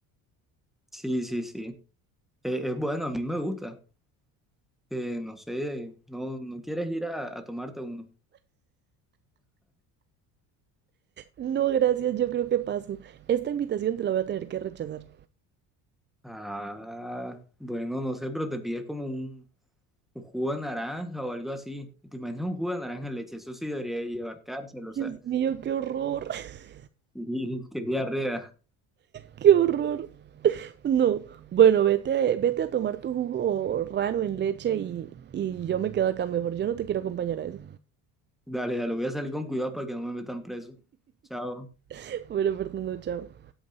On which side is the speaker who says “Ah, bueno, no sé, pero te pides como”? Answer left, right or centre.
Centre